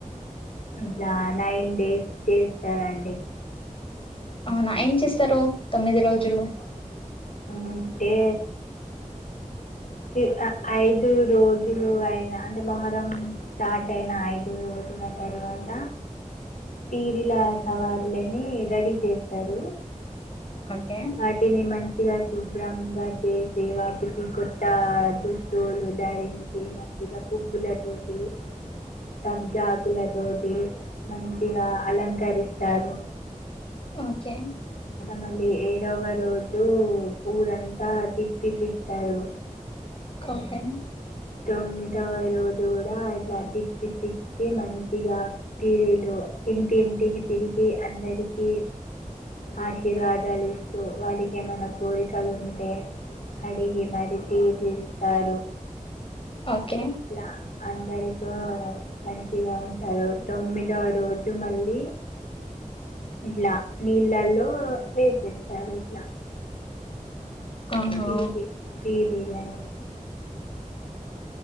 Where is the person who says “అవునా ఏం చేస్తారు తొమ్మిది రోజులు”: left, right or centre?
Left